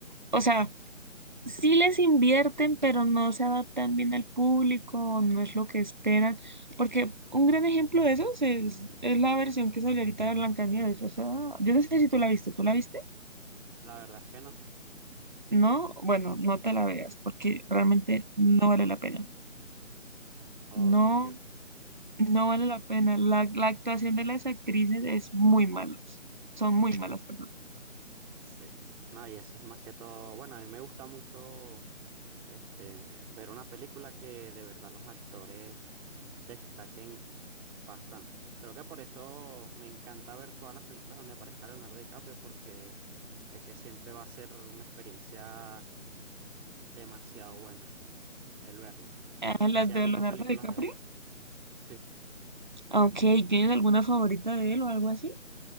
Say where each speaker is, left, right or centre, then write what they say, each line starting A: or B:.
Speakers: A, on the right (about 35°); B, in the centre.
A: o sea, sí les invierten, pero no se adaptan bien al público, no es lo que esperan. Porque un gran ejemplo de eso es, es la versión que salió ahorita de Blancanieves. O sea, yo no sé si tú la viste, ¿tú la viste?
B: La verdad es que no.
A: No, bueno, no te la veas porque realmente no vale la pena.
B: Ok,
A: No. No vale la pena. La, la actuación de las actrices es muy malas. Son muy malas, perdón.
B: sí. No, y eso es más que todo. Bueno, a mí me gusta mucho. Este, ver una película que de verdad los actores destaquen bastante. Creo que por eso me encanta ver todas las películas donde aparezca Leonardo DiCaprio, porque sé que siempre va a ser una experiencia demasiado buena el verlo.
A: Ah,
B: No
A: las
B: sé si has
A: de
B: visto
A: Leonardo
B: películas
A: DiCaprio.
B: de él. Sí.
A: Ok, ¿tienes alguna favorita de él o algo así?